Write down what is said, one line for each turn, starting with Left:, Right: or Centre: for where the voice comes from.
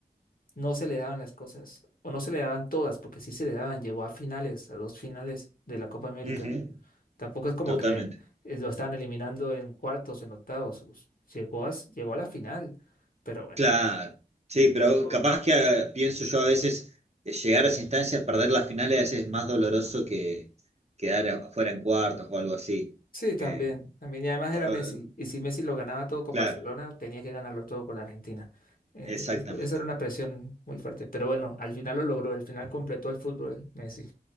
Left: no se le daban las cosas, o no se le daban todas, porque sí se le daban, llegó a finales, a dos finales de la Copa América.
Right: Ujú,
Left: Tampoco es como
Right: Totalmente.
Left: que eh, lo estaban eliminando en cuartos, en octavos. Us- Llegó a, s- llegó a la final. Pero bueno.
Right: Claro. Sí, pero
Left: Pero
Right: capaz que ah, pienso yo a veces eh, llegar a esa instancia, perder las finales a veces es más doloroso que quedar afuera en cuartos o algo así.
Left: sí, también.
Right: Eh,
Left: También. Y además
Right: eh,
Left: era Messi. Y si Messi lo ganaba todo con
Right: claro,
Left: Barcelona, tenía que ganarlo todo con Argentina. Es-
Right: exactamente.
Left: es- eso era una presión muy fuerte. Pero bueno, al final lo logró. Al final completó el fútbol Messi.